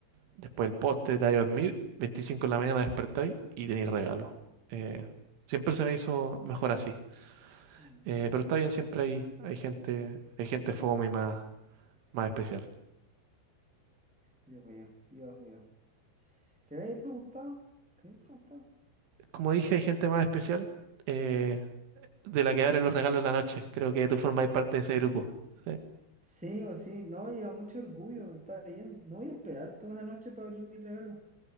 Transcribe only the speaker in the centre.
Mm,
mm,
sí.
Dios mío, Dios mío. ¿Qué habéis preguntado? ¿Qué habéis preguntado?
Ah.
Sí, o sí, no, lleva mucho orgullo, está bien. No voy a esperar toda la noche para abrir mi regalo.